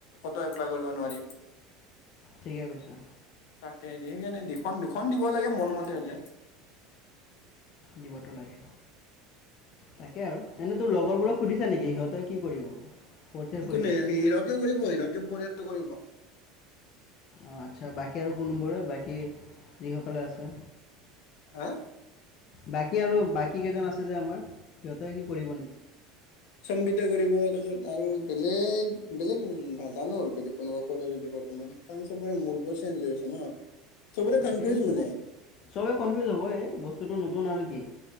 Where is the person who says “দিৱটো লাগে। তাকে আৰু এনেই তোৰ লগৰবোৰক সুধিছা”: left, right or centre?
Left